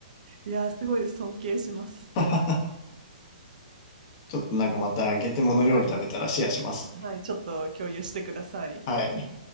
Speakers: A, on the right; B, on the left.
A: いやー、すごいです。尊敬します。
B: <laughs> ちょっとなんかまたゲテモノ料理食べたらシェアします。
A: はい。はい、ちょっと共有してください。
B: はい。